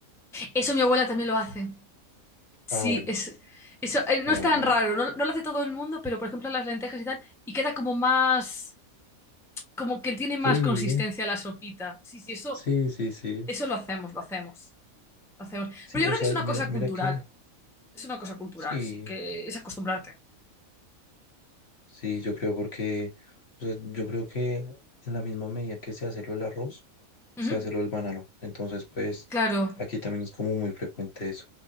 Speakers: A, in the centre; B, on the left.
A: Eso mi abuela también lo hace. Sí,
B: Ah, bueno,
A: es, eso eh, no
B: ah,
A: es tan
B: bueno,
A: raro,
B: bueno.
A: no, no lo hace todo el mundo, pero por ejemplo las lentejas y tal, y queda como más, como que tiene más
B: Sí,
A: consistencia la sopita. Sí, sí, eso,
B: sí, sí, sí.
A: eso lo hacemos, lo hacemos, lo hacemos.
B: Sí,
A: Pero
B: o
A: yo creo
B: sea,
A: que es una
B: mira,
A: cosa
B: mira
A: cultural,
B: que
A: es una cosa cultural,
B: sí.
A: sí, que es acostumbrarte.
B: Sí, yo creo porque, o sea, yo creo que en la misma medida que se hace lo del arroz,
A: Ujú.
B: se hace lo del banano. Entonces, pues,
A: Claro.
B: aquí también es como muy frecuente eso.